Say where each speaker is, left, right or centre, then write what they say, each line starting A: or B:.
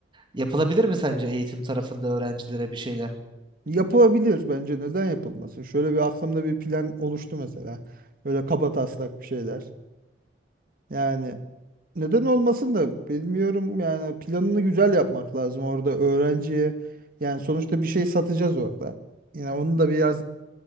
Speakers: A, on the right; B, on the right.
A: Yapılabilir mi sence eğitim tarafında öğrencilere bir şeyler?
B: Yapılabilir bence neden yapılmasın? Şöyle bir aklımda bir plan oluştu mesela. Böyle kabataslak bir şeyler. Yani neden olmasın da bilmiyorum yani planını güzel yapmak lazım orada öğrenciye. Yani sonuçta bir şey satacağız orada. Yine onu da biraz